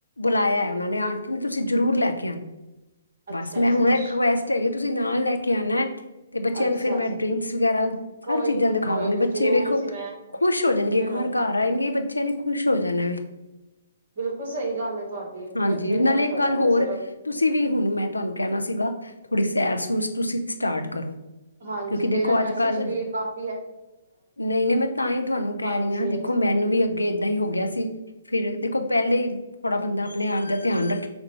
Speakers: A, on the left; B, on the right.
A: ਬੁਲਾਇਆ ਉਹਨਾਂ ਨੇ ਆਂਟੀ ਨੇ ਤੁਸੀਂ ਜਰੂਰ ਲੈ ਕੇ ਆਉਣਾ
B: ਅੱਛਾ-ਅੱਛਾ,
A: ਬਸ ਮੈਂ ਹੁਣ ਇੱਕ ਰਿਕੁਐਸਟ ਹੈਗੀ ਤੁਸੀਂ ਨਾਲ ਲੈ ਕੇ ਆਉਣਾ ਅਤੇ ਬੱਚਿਆਂ
B: ਅੱਛਾ-ਅੱਛਾ
A: ਨੂੰ ਫਿਰ ਮੈਂ ਡਰਿੰਕਸ ਵਗੈਰਾ ਸਰ
B: ਕੋਈ
A: ਚੀਜ਼ਾਂ
B: ਨੀ
A: ਦਿਖਾਵਾਂਗੇ
B: ਕੋਈ ਨੀ
A: ਬੱਚੇ
B: ਜ਼ਰੂਰ
A: ਵੇਖੋ
B: ਜੀ ਮੈਂ
A: ਖੁਸ਼ ਹੋ ਜਾਣਗੇ
B: ਜ਼ਰੂਰ
A: ਇੱਕ ਵਾਰ ਘਰ ਆਏਗੇ ਬੱਚਿਆਂ ਨੇ ਖੁਸ਼ ਹੋ ਜਾਣਾਵੇ
B: ਬਿਲਕੁਲ ਸਹੀ ਗੱਲ ਹੈ ਤੁਹਾਡੀ
A: ਹਾਂਜੀ
B: ਬੱਚੇ
A: ਨਾਲੇ
B: ਖੁਸ਼
A: ਇੱਕ
B: ਹੋ
A: ਗੱਲ
B: ਜਾਣਗੇ
A: ਹੋਰ
B: ਸਗੋਂ
A: ਤੁਸੀਂ ਵੀ ਹੁਣ ਮੈਂ ਤੁਹਾਨੂੰ ਕਹਿਣਾ ਸੀਗਾ ਥੋੜੀ ਤੈਰਸੂਸ ਤੁਸੀਂ ਸਟਾਰਟ ਕਰੋ
B: ਹਾਂਜੀ
A: ਕਿਉਂਕਿ ਦੇਖੋ
B: ਮੇਰਾ ਵੈਸੇ
A: ਅੱਜ ਕੱਲ
B: ਸਰੀਰ ਕਾਫੀ
A: ਨਹੀਂ ਨਹੀਂ ਮੈਂ ਤਾਂ ਹੀ ਤੁਹਾਨੂੰ ਕਹਿ
B: ਹਾਂਜੀ
A: ਰਹੀ ਹੈ ਦੇਖੋ ਮੈਨੂੰ ਵੀ ਅੱਗੇ ਏਦਾਂ ਹੀ ਹੋ ਗਿਆ ਸੀ ਫਿਰ ਦੇਖੋ ਪਹਿਲੇ ਹੀ ਥੋੜ੍ਹਾ ਬੰਦਾ ਆਪਣੇ ਆਪ ਦਾ ਧਿਆਨ ਰੱਖ